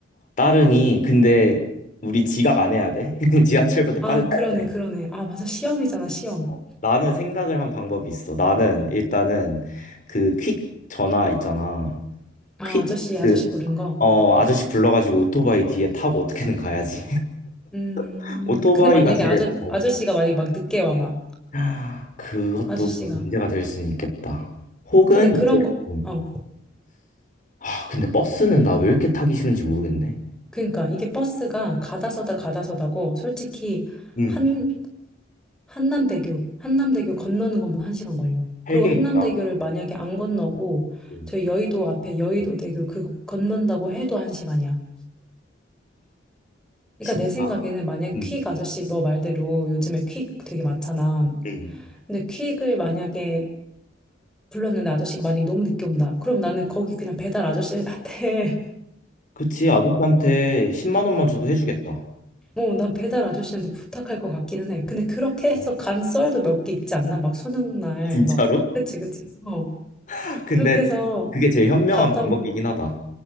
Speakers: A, on the left; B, in the centre.
A: 따릉이 근데 우리 지각 안 해야 돼. <laughs> 지하철보다
B: 아
A: 빨라야
B: 그러네
A: 돼.
B: 그러네 아 맞아 시험이잖아 시험
A: 어. 나는 생각을 한 방법이 있어. 나는 일단은 그 퀵 전화 있잖아.
B: 아
A: 퀵
B: 아저씨 아저씨
A: 그
B: 부르는 거.
A: 어 아저씨 불러가지고 오토바이 뒤에 타고 어떻게든 가야지.
B: 음
A: <laughs> 오토바이가
B: 근데 만약에
A: 제일
B: 아저
A: 어.
B: 아저씨가 만약에 막 늦게 와 막
A: <gasps> 하, 그것도
B: 아저씨가
A: 문제가 될 수는 있겠다. 혹은
B: 근데 그런
A: 이제
B: 거
A: 음.
B: 어,
A: 아 근데 버스는 나 왜 이렇게 타기 싫은지 모르겠네.
B: 그러니까 이게 버스가 가다서다 가다서다고 솔직히
A: 음.
B: 한 한남대교 한남대교 건너는 것만 한 시간 걸려.
A: 헬게
B: 그리고 한남대교를
A: 있다.
B: 만약에 안 건너고
A: 와
B: 저희 여의도 앞에 여의도대교 그 건넌다고 해도 한 시간이야. 그러니까
A: 진짜.
B: 내 생각에는 만약에
A: 음.
B: 퀵 아저씨 너 말대로 요즘에 퀵 되게 많잖아.
A: 음.
B: 근데 퀵을 만약에 불렀는데 아저씨가 만약에 너무 늦게 온다. 그럼 나는 거기 그냥 배달 아저씨한테
A: 그치, 아저씨한테 10만 원만 줘도 해주겠다.
B: 어 난 배달 아저씨한테 부탁할 것 같기는 해. 근데 그렇게
A: 어,
B: 해서 간 썰도 몇 개 있지 않나? 막 수능 날,
A: 진짜로?
B: 막. 그치, 그치. 어.
A: <laughs> 근데
B: 그렇게 해서
A: 그게 제일 현명한
B: 갔다고.
A: 방법이긴 하다.